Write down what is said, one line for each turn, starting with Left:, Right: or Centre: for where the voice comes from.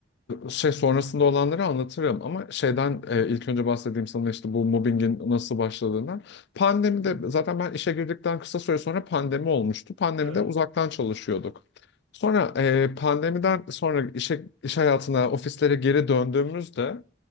Left: Şey sonrasında olanları anlatırım ama şeyden e,
Right: Aha,
Left: ilk önce bahsedeyim sana işte bu mobbingin nasıl başladığından. Pandemide
Right: aha.
Left: zaten ben işe girdikten kısa süre sonra pandemi olmuştu. Pandemide
Right: Evet.
Left: uzaktan çalışıyorduk. Sonra e, pandemiden sonra işe, iş hayatına, ofislere geri döndüğümüzde